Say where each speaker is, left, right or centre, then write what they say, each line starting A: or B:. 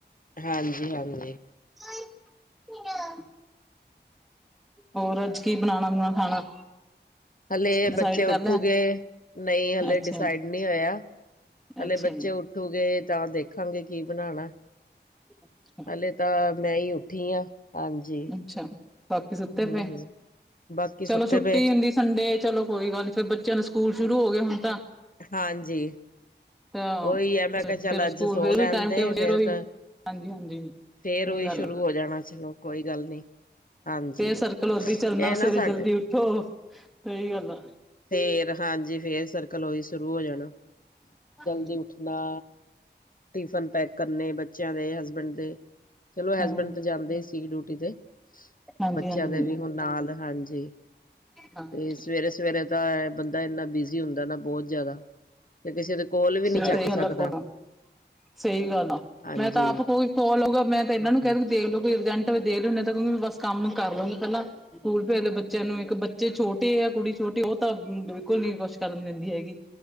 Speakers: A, on the left; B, in the centre.
A: ਹਾਂਜੀ-ਹਾਂਜੀ।
B: <unintelligible> ਮੇਰੇ ਆ। ਹੋਰ ਅੱਜ ਕੀ ਬਣਾਣਾ-ਬੂਣਾ ਖਾਣਾ?
A: ਹਲੇ
B: ਡਿਸਾਈਡ
A: ਬੱਚੇ
B: ਕਰ
A: ਉੱਠੂਗੇ,
B: ਲਿਆ
A: ਨਹੀਂ ਹਲੇ
B: ਅੱਛਾ
A: ਡਿਸਾਈਡ ਨੀ ਹੋਇਆ। ਹਲੇ
B: ਅੱਛਾ
A: ਬੱਚੇ
B: ਜੀ
A: ਉੱਠੂਗੇ ਤਾਂ ਦੇਖਾਂਗੇ ਕੀ ਬਣਾਣਾ।
B: ਅੱਛਾ।
A: ਹਲੇ ਤਾਂ ਮੈਂ ਈ ਉੱਠੀ ਆ, ਹਾਂਜੀ
B: ਅੱਛਾ ਬਾਕੀ ਸੁੱਤੇ
A: ਹੂੰ-ਹੂੰ।
B: ਪਏ
A: ਬਾਕੀ ਸੁੱਤੇ
B: ਚਲੋ ਛੁੱਟੀ
A: ਪਏ?
B: ਹੁੰਦੀ ਸੰਡੇ ਚਲੋ ਕੋਈ ਗੱਲ ਨੀ, ਫਿਰ ਬੱਚਿਆਂ ਨੂੰ ਸਕੂਲ ਸ਼ੁਰੂ ਹੋ ਗਏ ਹੁਣ ਤਾਂ
A: ਹਾਂਜੀ
B: ਤਾਂ
A: ਓਹੀ ਐ, ਮੈਂ ਕਿਹਾ ਚੱਲ
B: ਫਿਰ ਸਕੂਲ
A: ਅੱਜ ਸੋ ਲੈਨ
B: ਵੀ ਟਾਈਮ
A: ਦੇ,
B: ਟੇਬਲ ਫਿਰ
A: ਫੇਰ
B: ਉਹੀ
A: ਕ
B: ਹਾਂਜੀ ਹਾਂਜੀ
A: ਫੇਰ
B: ਇਹੀ
A: ਉਹੀ
B: ਗੱਲ
A: ਸ਼ੁਰੂ ਹੋ ਜਾਣਾ, ਚਲੋ ਕੋਈ ਗੱਲ ਨੀ। ਹਾਂਜੀ
B: ਤੇ ਸਰਕਲ ਓਦਾ ਈ ਚੱਲਣਾ,
A: ਇਹ ਨਾ
B: ਸਵੇਰੇ
A: ਸਾਡੇ
B: ਜਲਦੀ ਉੱਠੋ, ਸਹੀ ਗੱਲ ਆ।
A: ਫੇਰ ਹਾਂਜੀ, ਫੇਰ ਸਰਕਲ ਉਹੀ ਸ਼ੁਰੂ ਹੋ ਜਾਣਾ ਜਲਦੀ
B: ਹਾਂਜੀ
A: ਉੱਠਣਾ ਟਿਫਨ ਪੈਕ ਕਰਨੇ ਬ ਬੱਚਿਆਂ ਦੇ, ਹਸਬੈਂਡ ਦੇ, ਚਲੋ ਹੈਸਬੈਂਡ
B: ਹਾਂ
A: ਤੇ ਜਾਂਦੇ ਸੀ ਡਿਊਟੀ ਤੇ
B: ਹਾਂਜੀ
A: ਬੱਚਿਆਂ
B: ਹਾਂਜੀ
A: ਦੇ ਵੀ ਹੁਣ ਨਾਲ, ਹਾਂਜੀ।
B: ਹਾਂਜੀ
A: ਤੇ ਸਵੇਰੇ-ਸਵੇਰੇ ਤਾਂ ਐਂ ਬੰਦਾ ਇੰਨਾ ਬਿਜ਼ੀ ਹੁੰਦਾ ਨਾ, ਬਹੁਤ ਜ਼ਿਆਦਾ ਤੇ ਕਿਸੇ ਦੇ ਕੋਲ ਵੀ ਨੀ
B: ਸਹੀ
A: ਚੱਕ
B: ਗੱਲ
A: ਸਕਦਾ।
B: ਆ ਸਹੀ ਗੱਲ ਆ,
A: ਹਾਂਜੀ
B: ਮੈਂ ਤਾਂ ਆਪ ਕੋਈ ਕੋਲ ਆਊਗਾ ਮੈਂ ਤਾਂ ਇਹਨਾਂ
A: ਹੂੰ
B: ਨੂੰ ਕਹਿ ਦੂ ਦੇਖ ਲਿਓ, ਕੋਈ ਅਰਜੈਂਟ ਹੋਵੇ ਦੇਖ ਲਿਓ, ਨਹੀ ਤਾਂ ਉਹਨੂੰ ਬਸ ਕੰਮ ਕਰ ਲਵਗੇ ਪਹਿਲਾਂ। ਸਕੂਲ ਭੇਜਲੋ ਬੱਚਿਆਂ ਨੂੰ, ਇੱਕ ਬੱਚੇ ਛੋਟੇ ਐ, ਕੁੜੀ ਛੋਟੀ ਉਹ ਤਾਂ ਬਿਲਕੁਲ ਨੀ ਕੁਛ ਕਰਨ ਦਿੰਦੀ ਹੈਗੀ।